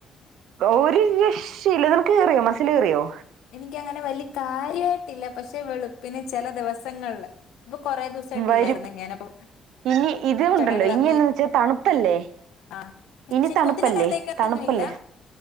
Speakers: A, on the right; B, on the left.
A: ഒരു രക്ഷയില്ല. കേറിയോ മസിൽ കേറിയോ?
B: എനിക്ക് ങ്ങനെ വലിയ കാര്യായിട്ടില്ല പക്ഷെ വെളുപ്പിന് ചില ദിവസങ്ങളില്. ഇപ്പൊ കൊറേ ദിവസായിട്ട്
A: വരും
B: ഇല്ലായിരുന്നു ഞാനപ്പൊ
A: ഇനി ഇത് ഉണ്ടല്ലോ
B: ചേട്ടായിനോട്‌ പറഞ്
A: ഇനി എന്നാന്ന് വെച്ചാ തണുപ്പല്ലേ
B: ആഹ പക്ഷെ
A: ഇനി
B: എനിക്ക്
A: തണുപ്പല്ലേ
B: ഒത്തിരി നേരത്തേക്കൊന്നുല്ല
A: തണുപ്പല്ലേ